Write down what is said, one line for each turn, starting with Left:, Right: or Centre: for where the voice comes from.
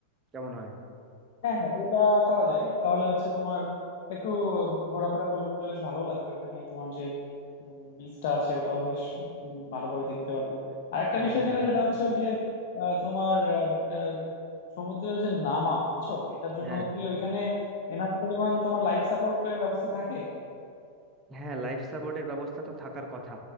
Right: কেমন হয়
Left: হ্যাঁ হ্যাঁ ওটা করা যায় তাহলে হচ্ছে তোমার একটু ঘোরাফেরা করলে বেশ ভালো লাগবে ওইখানে তোমার যে উম, বিচটা আছে ওটাও বেশ উম, ভালো করে দেখতে পারবো আরেকটা
Right: হ্যাঁ
Left: বিষয় যেটা সেটা হচ্ছে ওই যে আহ, তোমার আহ, আহ, সমুদ্রের যে নামা বুঝছো এটার জন্য
Right: হ্যাঁ
Left: কি ওইখানে এনাফ পরিমাণ তোমার লাইফ সাপোর্টের ব্যবস্থা থাকে
Right: হ্যাঁ লাইফ সাপোর্টের ব্যবস্থা তো থাকার কথা